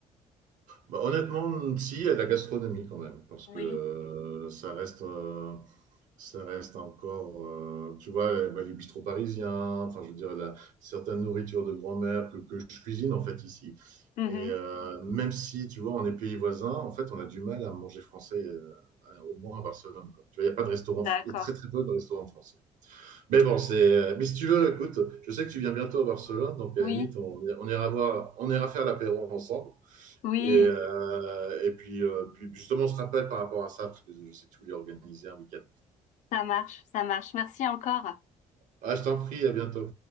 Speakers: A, on the right (about 80°); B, on the left (about 70°).
A: Bah, honnêtement, si, à la gastronomie quand même, parce
B: Oui.
A: que euh, ça reste, euh, ça reste encore, euh, tu vois, les, bah, les bistrots parisiens, enfin, je veux dire, la, certaines nourritures de grand-mère que, que je cuisine en fait ici.
B: Mhm.
A: Et euh, même si, tu vois, on est pays voisins, en fait, on a du mal à manger français, euh, à- au moins à Barcelone, quoi. Tu vois, il n'y a pas de restaurant,
B: D'accord.
A: il y a très très peu de restaurants français. Mais bon, c'est. euh, Mais si tu veux, écoute, je sais que tu viens bientôt à Barcelone, donc à
B: Oui,
A: la limite, on, on ira voir, on ira faire l'apéro ensemble.
B: oui,
A: Et, euh, et puis, euh, puis, justement, on se rappelle par rapport à ça, parce que je sais que tu voulais organiser un week-end.
B: ça marche, ça marche. Merci encore.
A: Ah, je t'en prie, à bientôt.